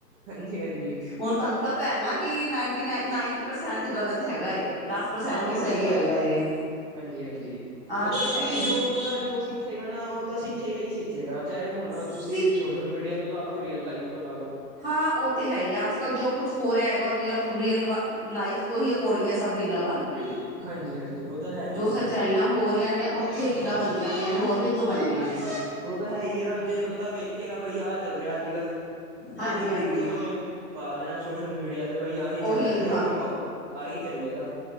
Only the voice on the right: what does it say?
ਹਾਂਜੀ ਹਾਂਜੀ।
ਹਾਂ
ਵੋ
ਤਾਂ
ਹਾਂਜੀ ਹਾਂਜੀ
ਮਤਲਬ
ਕਿ
ਜੋ
ਬੰਦਾ ਜੋ ਸਿੱਖੇਗਾ ਨਾ ਉਹ ਤਾਂ ਸਿੱਖ ਸਿੱਖੇਗਾ ਹੀ ਸਿੱਖੇਗਾ ਚਾਹੇ ਹੁਣ ਤੁਸੀਂ
ਸੋਸ਼ਲ ਮੀਡੀਆ ਤੋਂ ਲਾ ਲਓ ਰੀਅਲ ਲਾਈਫ ਤੋਂ ਲਾ ਲਓ।
ਹਾਂਜੀ ਹਾਂਜੀ। ਉਹ ਤਾਂ ਹੈਗੀ
ਆ
ਹਾਂ
ਉਹ ਤਾਂ ਹੈ ਹੀ ਆ ਜੇ ਬੰਦਾ ਵੇਖੇਗਾ ਬਈ ਆਹ ਚੱਲ ਰਿਹਾ ਅੱਜ ਕੱਲ੍ਹ।
ਆਹੀ ਵੇਖ
ਕੇ ਉਹਨੇ ਪਾ ਦੇਣਾ ਸੋਸ਼ਲ ਮੀਡੀਆ ਦੇ। ਬਈ ਆਹੀ ਚੱਲ
ਰਿਹਾ ਤੇ ਆਹੀ ਪਾਓ ਆਹੀ ਚੱਲੇਗਾ।